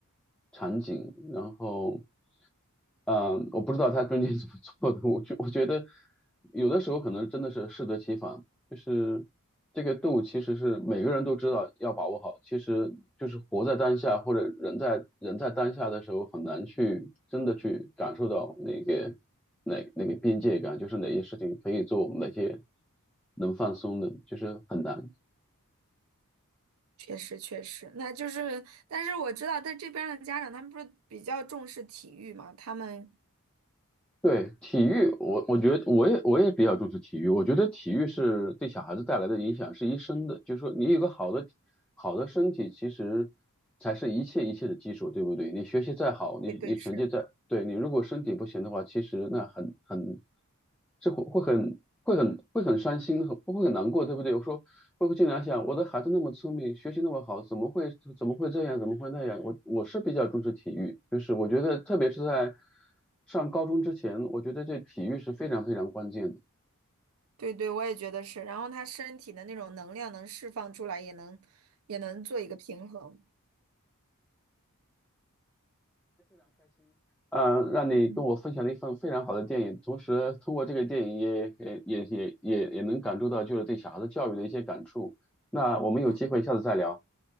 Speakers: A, in the centre; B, on the right.
A: 场景，然后，嗯、我不知道他中间怎么做的。我觉我觉得有的时候可能真的是适得其反。就是这个度，其实是每个人都知道要把握好。其实就是活在当下，或者人在人在当下的时候，很难去真的去感受到那个哪那个边界感，就是哪些事情可以做，哪些能放松的，就是很难。
B: 确实，确实，那就是，但是我知道在这边儿的家长，他们不是比较重视体育嘛，他们，
A: 对，体育，我我觉得我也我也比较重视体育。我觉得体育是对小孩子带来的影响是一生的，就是说你有个好的好的身体，其实才是一切一切的基础，对不对？你学习再好，你你成绩再，
B: 对对是，
A: 对，你如果身体不行的话，其实那很很，这会会很会很会很伤心，很会很难过，对不对？我说包括经常想，我的孩子那么聪明，学习那么好，怎么会怎么会这样，怎么会那样？我我是比较重视体育，就是我觉得特别是在上高中之前，我觉得这体育是非常非常关键的。
B: 对对，我也觉得是。然后他身体的那种能量能释放出来，也能也能做一个平衡。
A: 啊，让你跟我分享了一份非常好的电影，
B: 嗯
A: 同时通过这个电影也也也也也也能感受到就是对小孩子教育的一些感触。那我们有机会下次再聊。
B: 嗯嗯，